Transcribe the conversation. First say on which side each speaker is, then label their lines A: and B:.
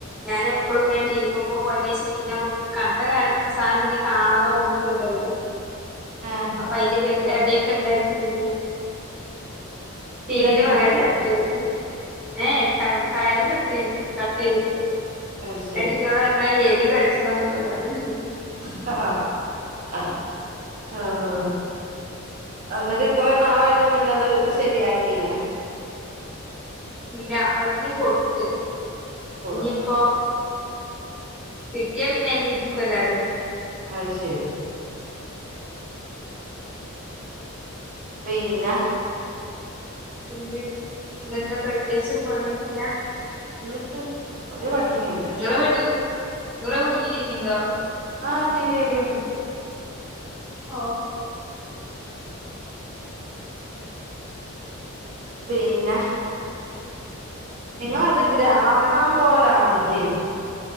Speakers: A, in the centre; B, on the right.
A: ഞാനെപ്പളും ഇങ്ങനെ ടീമമ്മ പോയനേഷം പിന്നെ കണ്ട കാ സാധനം പിന്നെ കാണാതാകുമ്പ നമുക്കൊരു ഇതല്ലേ
B: ആഹ്
A: അപ്പൊ അയിന്റെ പേരില് അടിയൊക്കെ ഇണ്ടായിട്ട് നിന്നയ
B: ടി
A: ടിവിന്റെ
B: വി തല്ലി
A: വയർ
B: പൊട്ടിച്ചാ
A: കട്ട് ചെയ്തിട്ട് ഏഹ് വയറ് കട്ട് ചെയും കട്ട് ചെയ്തിട്ട്
B: അത് ശരി
A: എന്നിട്ട് ഇന്നോടു പറഞ്ഞ എലി കടിച്ചതാന്നൊക്കെ പറഞ്ഞ്
B: ആഹ് എന്നിട്ട് ഇത്രയും നാളായിട്ടും പിന്നെ അത് ശരിയാക്കിയില്ലേ
A: ഇല്ല അത് പിന്നെ കൊടുത്ത്
B: കൊടുത്തു
A: ഇനിയിപ്പോ കിട്ടിയാ പിന്നെ ഇനി ഇരിക്കോ എല്ലാരും
B: അത് ശരി പിന്ന
A: പിന്നെ ഇന്ന് എന്താ പ്രത്യേകിച്ച് പണിയൊന്നുല്ല
B: ഉ ഉ ഒരു പണിയും ഇല്ല
A: ഇങ്ങള് വീട്ടില് ഇങ്ങള് വീട്ടില് ടിവി ഉണ്ടോ
B: ആഹ് ടി വി ഒക്കെ ഉണ്ട്
A: ഓഹ്
B: പിന്ന നിങ്ങളത്
A: പിന്നെ
B: ഗ്രാമം
A: എന്താ
B: പോലാണില്ലേ